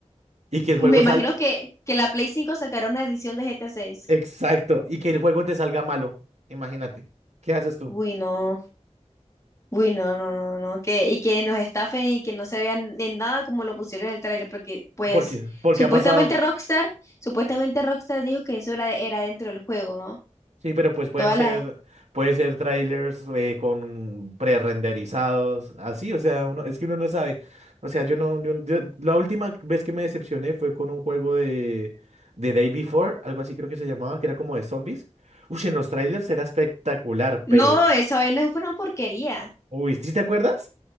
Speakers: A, on the left; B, on the right.
A: <laughs>
B: y que el juego
A: Me imagino
B: sal,
A: que, que la Play 5 sacará una edición de GTA seis.
B: exacto, y que el juego te salga malo, imagínate. ¿Qué haces tú?
A: Uy, no. Uy, no, no, no, no. Que, y que nos estafen y que no se vean en nada como lo pusieron en el trailer, porque pues
B: ¿Por qué? ¿Por
A: supuestamente
B: qué ha pasado?
A: Rockstar, supuestamente Rockstar dijo que eso era, era dentro del juego, ¿no?
B: Sí, pero pues pueden
A: Todas
B: ser,
A: las,
B: puede ser trailers eh, con prerenderizados, así, o sea, uno, es que uno no sabe. O sea, yo no, yo- yo- la última vez que me decepcioné fue con un juego de, de Day Before, algo así creo que se llamaba, que era como de zombies. Uy, en los trailers era espectacular,
A: No,
B: pero,
A: esa vaina fue una porquería.
B: uy, ¿sí te acuerdas?